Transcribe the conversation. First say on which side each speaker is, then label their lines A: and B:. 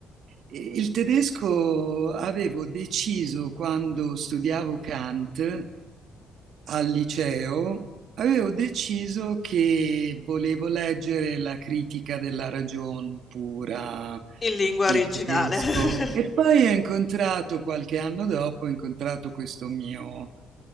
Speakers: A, on the right (about 65°); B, on the left (about 30°).
A: Il tedesco avevo deciso quando studiavo Kant al liceo, avevo deciso che volevo leggere la critica della ragion pura
B: in lingua
A: in
B: originale.
A: tedesco
B: <laughs>
A: e poi ho incontrato, qualche anno dopo, ho incontrato questo mio